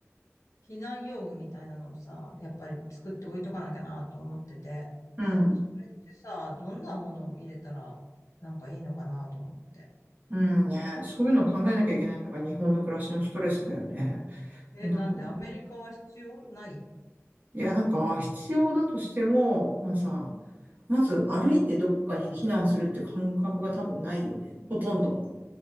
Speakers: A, on the left (about 80°); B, on the right (about 35°).
A: 避難用具みたいなのをさ、やっぱり作って置いとかなきゃなと思ってて、
B: うん、
A: それってさ、どんなものを入れたらなんかいいのかなと思って。
B: うんね。そういうのを考えなきゃいけないのが日本の暮らしのストレスだよね。
A: ね、
B: もうなんか、
A: なんでアメリカは必要ない
B: いや、なんか、必要だとしても、まあさ、まず歩いてどっかに避難するって感覚が多分ないよね。ほとんど。